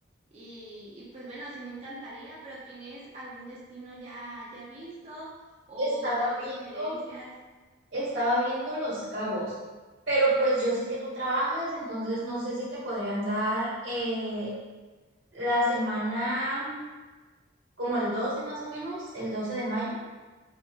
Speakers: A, on the right; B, on the right.
A: y, y pues bueno, sí me encantaría, pero ¿tienes algún destino ya, ya visto o
B: Estaba
A: te doy
B: viendo,
A: sugerencias?
B: estaba viendo Los Cabos, pero pues yo sé que tú trabajas, entonces no sé si te podrían dar eh, la semana como el 12 más o menos, el 12 de mayo.